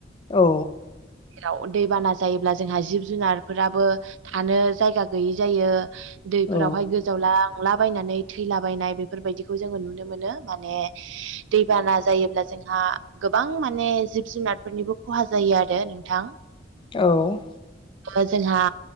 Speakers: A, on the left; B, on the right.
A: औ
B: जेराव दैबाना जायोब्ला जोंहा जिब जुनारफोराबो थानो जायगा गैयि जायो दैफोरावहाय
A: औ
B: गो जावलांला बायनानै थैलाबायनाय बेफोरबायदिखौ जोङो नुनो मोनो माने दैबाना जायोब्ला जोंहा गोबां माने जिब जुनारफोरनिबो खहा जायो आरो नोंथां
A: औ
B: ओ जोंहा